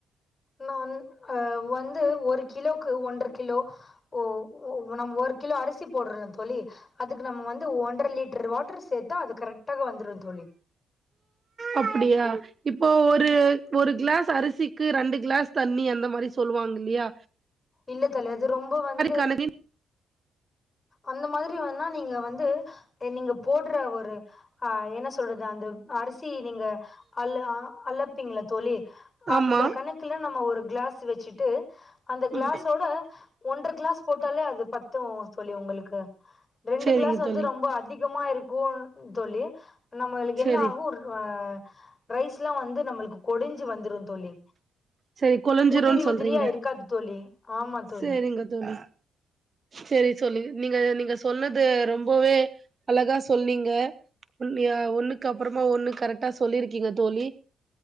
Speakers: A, on the left; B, on the right.
A: நா ஆஹ் வந்து ஒரு கிலோக்கு ஒன்றர கிலோ ஓ நம் ஒரு கிலோ அரி சி போடுறே தோழி அதுக்கு நம்ம வந்து ஒன்றர லிட்டர் வாட்டுரு சேத்தா அது கரெக்டாக வந்துடு தோழி
B: அப்டியா இப்போ ஒரு ஒரு கிளாஸ் அரிசிக்கு ரெண்டு கிளாஸ் தண்ணி அந்த மாரி சொல்லுவாங்க இல்லியா
A: இல்ல தோழி அது ரொம்ப வந்து
B: கணக்கின்
A: அந்த மாத்ரி வேணா நீங்க வந்து நீங்க போடுற ஒரு ஆஹ் என்ன சொல்றது அந்த அரிசி நீங்க அள்ள அளப் ப்பீங்களா தோழி
B: ஆமா
A: அந்த கணக்கெல்லா நம்ம ஒரு கிளாஸ் வச்சுட்டு அந்த கிளாஸோட
B: ம்
A: ஒன்ற கிளாஸ் போட்டாலே அது பத்து தோழி உங்களுக்கு ரெண்டு
B: சேரிங்க
A: கிளாஸ் வந்து
B: தோழி
A: ரொம்ப அதி அதிகமா இருக்கு தோழி நம்மளுக்கு
B: சேரி
A: என்ன ஆகு ஒர் ஆ ரைஸ்லா வந்து நம்மளுக்கு கொடிஞ்சு வந்துரு தோழி
B: சேரி கொலஞ்சிருன்
A: உதிரி
B: சொல்றீங்க
A: உதிரியா இருக்காது தோழி ஆமா தோழி
B: சேரிங்க தோழி சேரி சொல்லி நீங்க நீங்க சொன்னது ரொம்பவே அழகா சொன்னீங்க ஒன் ய ஒண்ணுக்கு அப்பறமா ஒண்ணு கரட்டா சொல்லிருக்கீங்க தோழி